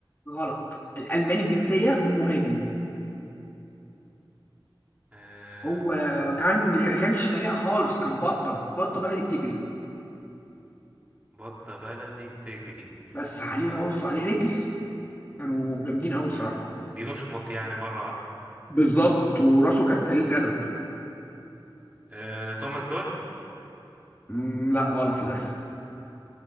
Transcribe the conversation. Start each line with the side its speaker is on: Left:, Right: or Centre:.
Left: غلط الألماني الجنسية ومهاجم
Right: آه
Left: هو كان ما كانش سريع خالص كان بطة بطة بلدي بتجري
Right: بطة بلدي بتجري
Left: بس عليه
Right: طيب
Left: راس وعليه رجل كانوا جامدين أوي
Right: مم.
Left: الصراحة
Right: بيشمط يعني مرة واحدة
Left: بالظبط وراسه كانت قليلة الأدب
Right: آه توماس دول
Left: مم، لا غلط للأسف